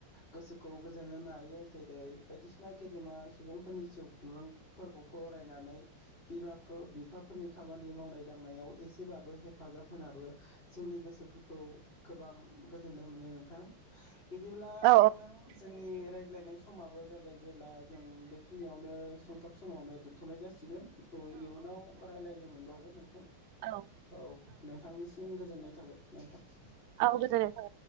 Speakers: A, on the left (about 25°); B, on the right (about 80°).
A: गोसोखौ गोजोन होनो हायो, जेरै-बायदिसिना गेदेमा सुबुंफोरनि जिउांफोरखौ फरायनानै बिमाफोर बिफाफोरनि खामानि मावनाय दांनायाव एसेबाबो हेफाजाब होनाबो। जोंनि गोसोफोरखौ गोबां गोजोननाय मोनो नोंथां बिदिब्ला
B: औ
A: नोंथां जोंनि रायजो लायनाय समाबो जाबाय जेब्ला जों बेखिनियावनो सुंथाब समावनो दोन्थनाय जासिगोन औ इयुनाव रायलायनो मोनबावगोन नोंथां
B: औ
A: औ नोंथांनिसिम गोजोननाय थाबाय नोंथां
B: नोंथां औ गोजोननाय थाबाय